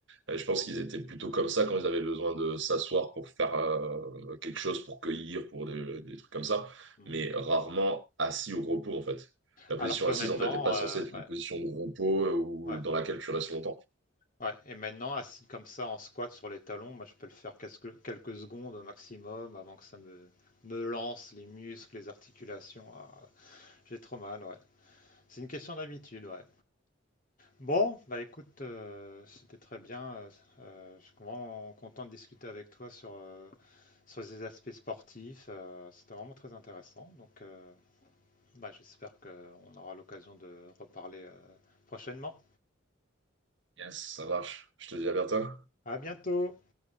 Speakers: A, on the right (about 60°); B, on the left (about 40°).
A: Et je pense qu'ils étaient plutôt comme ça quand ils avaient besoin de s'asseoir pour faire euh, quelque chose, pour cueillir, pour des, des trucs comme
B: Mm.
A: ça,
B: Mm.
A: mais rarement assis au repos en fait. La
B: Alors
A: position
B: que
A: assise
B: maintenant,
A: en fait n'est pas
B: euh,
A: censée être
B: ouais,
A: une position de repos euh, ou
B: ouais,
A: dans laquelle tu restes longtemps.
B: ouais. Et maintenant, assis comme ça en squat sur les talons, moi je peux le faire quelques, quelques secondes au maximum avant que ça me, me lance les muscles, les articulations. Ah, j'ai trop mal, ouais. C'est une question d'habitude, ouais. Bon, bah écoute, euh, c'était très bien. Euh, euh, je suis vraiment content de discuter avec toi sur, euh, sur ces aspects sportifs. Euh, c'était vraiment très intéressant. Donc, euh, Bah, j'espère qu'on aura l'occasion de reparler euh, prochainement.
A: Yes, ça marche. Je te dis à bientôt.
B: À bientôt.